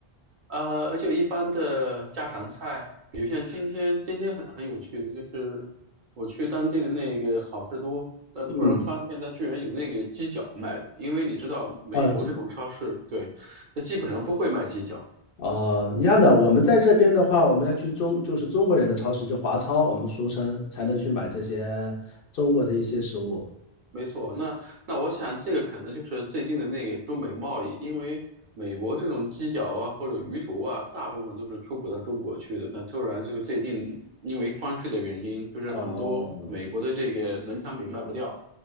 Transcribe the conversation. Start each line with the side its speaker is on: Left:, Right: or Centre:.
Right: 呃，而且一般的家常菜，比如像今天，今天很很有趣的，就是我去当地的那个好事多，呃，
Left: 嗯，
Right: 突然发现它居然有那个鸡脚卖的，因为你知道美国这种超市，
Left: 啊，自
Right: 对，它基本上不会卖鸡脚。
Left: 啊，
Right: 嗯。
Left: 一样的。我们在这边的话，我们要去中，就是中国人的超市，就华超，我们俗称才能去买这些中国的一些食物。
Right: 没错，那那我想这个可能就是最近的那个中美贸易，因为美国这种鸡脚啊或者鱼头啊，大部分都是出口到中国去的。那突然这个最近因为关税的原因，就是很多美国的这个农产品卖不掉，
Left: 哦，